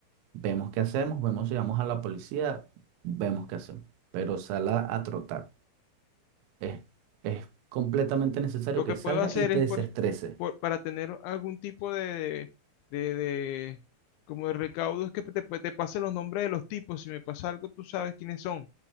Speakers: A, on the right; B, on the left.
A: vemos qué hacemos, vemos si vamos a la policía, vemos qué hacemos. Pero sal a, a trotar. Es, es completamente necesario
B: Lo
A: que
B: que puedo
A: salga
B: hacer
A: y te
B: es
A: desestreses.
B: por, por- para tener algún tipo de, de, de- como de recaudo es que te, te pase los nombres de los tipos. Si me pasa algo, tú sabes quiénes son